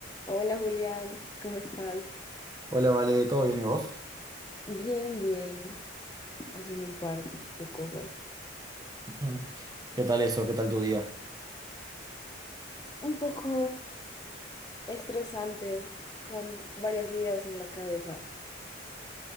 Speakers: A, on the left; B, on the right.
A: Hola Julián, ¿cómo estás?
B: Hola, Vale, ¿todo bien y vos?
A: Bien, bien, haciendo un par de cosas.
B: <laughs> Ujú. ¿Qué tal eso? ¿Qué tal tu día?
A: Un poco estresante, con varias ideas en la cabeza,